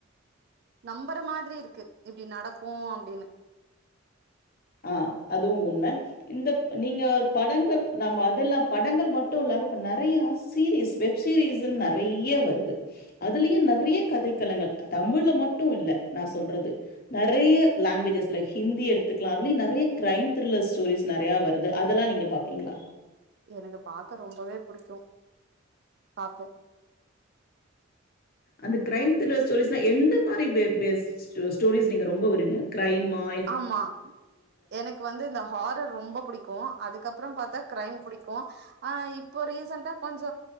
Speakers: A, on the right; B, on the left.
A: நம்பற மாதிரி இருக்கு இப்படி நடக்கும் அப்டின்னு
B: அ அதுவும் உண்மை இந்தப் நீங்க படங்கள் நம்ம அதுல்லா படங்கள் மட்டு இல்லாம இப்ப நறைய சீரீயஸ் வெப்சீரீயஸ்ன்னு நறைய வருது அதுலயு நறைய கதைக்களங்கள் தமிழ்ல மட்டு இல்ல நா சொல்றது நறைய லாங்குவேஜஸ்ல ஹிந்தி எடுத்துக் க்கலா அதுலயு நறைய க்ரைம் த்ரில்லர் ஸ்டோரிஸ் நெறையா வருது அதெல்லா நீங்க பாப்பீங்ளா
A: எனக்கு பாக்க ரொம்பவே புடிக்கும் பாப்போ
B: அந்த க்ரைம் த்ரில்லர் ஸ்டோரிஸ்ல்லா எந்த மாறி பே பேஸ்ட் ஸ்டோ ஸ்டோரிஸ் நீங்க ரொம்ப வருவீங்க க்ரைம்மா
A: ஆமா எனக் க்கு வந்து இந்த ஹாரர் ரொம்ப புடிக்கு அதுக்கப்பற பாத்தா க்ரைம் பிடிக்கு ஆ இப்போ ரீசண்டா கொஞ்ச